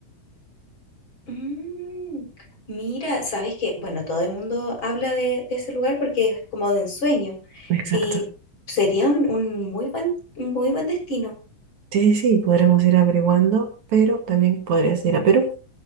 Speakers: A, on the left; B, on the right.
A: Mm, mira, sabes que, bueno, todo el mundo habla de, de ese lugar porque es como de ensueño
B: Exacto.
A: y sería un, un muy buen, un muy buen destino.
B: Sí, sí, sí, podremos ir averiguando, pero también podrías ir a Perú.